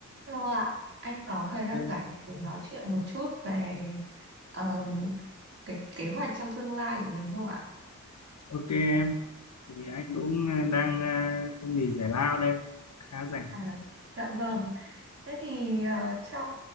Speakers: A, on the right (about 50°); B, on the left (about 65°).
A: Hello ạ, anh có thời
B: Ừ,
A: gian rảnh để mình nói chuyện một chút về ờ, cái kế hoạch trong tương lai của mình không ạ?
B: Ok em, vì anh cũng ờ, đang ờ, nghỉ giải lao đây, khá rảnh.
A: À, dạ vâng. Thế thì ờ, trong